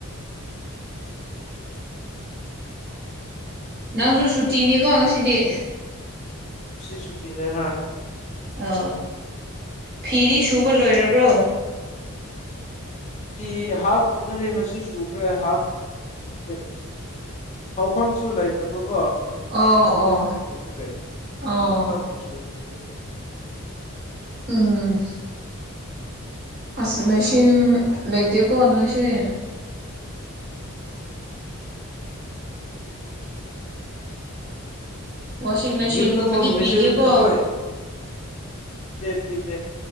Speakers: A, on the right; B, on the left.
A: ꯅꯪꯁꯨ ꯁꯨꯇꯤꯅꯤꯀꯣ ꯉꯁꯤꯗꯤ
B: ꯁꯤꯁꯨꯇꯤꯅꯤ ꯍꯥꯏ
A: ꯑ ꯐꯤꯗꯤ ꯁꯨꯕ ꯂꯣꯏꯔꯕ꯭ꯔꯣ
B: ꯐꯤ ꯍꯥꯐ ꯀꯨꯝꯕꯗꯤ ꯉꯁꯤ ꯁꯨꯈ꯭ꯔꯦ ꯍꯥꯐ ꯁꯨꯗ꯭ꯔꯤ ꯐꯧꯐꯝꯁꯨ ꯂꯩꯇꯕꯀꯣ ꯅ‌ꯣꯡ
A: ꯑꯣ
B: ꯆꯨꯕꯦ
A: ꯑꯣ
B: ꯆꯨꯕꯦꯗꯕꯒꯦ
A: ꯑꯣ
B: ꯇꯞ ꯇꯥꯞꯅ ꯁꯨꯗ꯭ꯔꯤꯗꯤ
A: ꯎꯝ ꯑꯁ ꯃꯦꯆꯤꯟ ꯂꯩꯇꯦꯀꯣ ꯅꯣꯏꯁ‌ꯦ ꯋꯥꯁꯤꯡ ꯃꯦꯆꯤꯟꯒꯨꯝꯕꯗꯤ
B: ꯌꯨꯝꯗ ꯐ ꯃꯦꯆꯤꯟ
A: ꯄꯤꯗꯦꯀꯣ
B: ꯑꯩꯈꯣꯏ ꯄꯗꯦ ꯄꯗꯦ